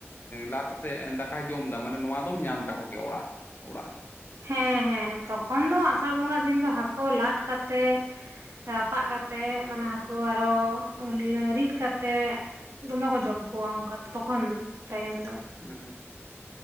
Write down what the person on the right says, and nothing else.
ᱦᱮᱸ ᱦᱮᱸ ᱛᱚᱠᱷᱚᱱ ᱫᱚ ᱟᱥᱟᱲ ᱵᱚᱸᱜᱟ ᱫᱤᱱ ᱫᱚ ᱦᱟᱹᱠᱩ ᱞᱟᱫ ᱠᱟᱛᱮᱜ ᱨᱟᱯᱟᱜ ᱠᱟᱛᱮᱜ ᱢᱟᱱᱮ ᱦᱟᱹᱠᱩ ᱟᱨᱚ ᱨᱤᱫ ᱠᱟᱛᱮᱜ ᱫᱚᱢᱮ ᱠᱚ ᱡᱚᱢ ᱠᱚᱣᱟ ᱚᱱᱠᱟᱛ ᱛᱚᱠᱷᱚᱱ ᱴᱟᱭᱤᱢ ᱫᱚ